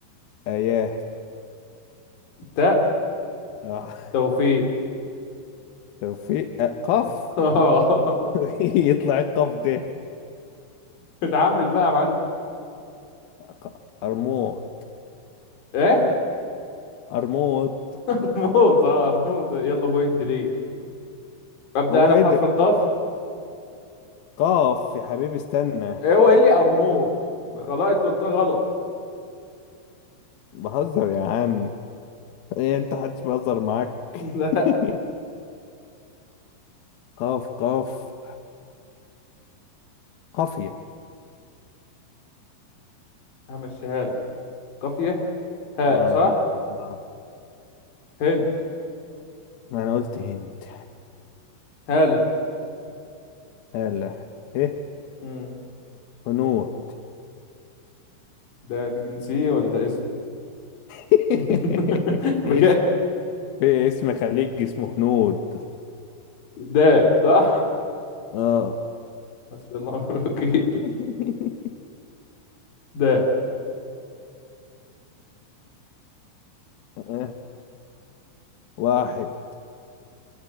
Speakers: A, on the left; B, on the left.
A: اياه
B: تاء
A: اه
B: توفيق
A: <laughs> توفيق آه، قاف
B: <laughs> اه
A: <laughs> يطلع القاف ده
B: اتعامل بقى يا معلم
A: ق- أرموت
B: ايه
A: أرموت
B: <laughs> موت اه موت يلا بوينت ليه ابدا
A: هو
B: انا
A: إيه
B: بحرف
A: ده
B: القاف
A: قاف يا حبيبي استنى
B: إيه هو قال لي قرموط خلاص انت قلتها غلط
A: بهزر يا عم إيه أنت محدش بيهزر معاك
B: <laughs> لا
A: <laughs> قاف قاف قافية
B: همشيها لك قافية هاء
A: آه
B: صح
A: هلا آه
B: هند
A: ما أنا قلت هند
B: هالة
A: هلا إيه
B: مم.
A: هنود
B: ده دي جنسية ولا ده اسم
A: <laughs>
B: <laughs> بجد
A: اسم في اسم خليج اسمه هنود
B: ده صح
A: آه
B: حسبي الله ونعم الوكيل
A: <laughs>
B: ده
A: آه. واحد